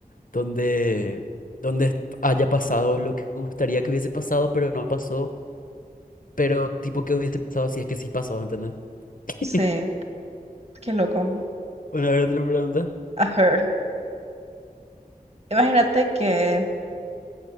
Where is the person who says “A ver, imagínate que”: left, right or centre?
Right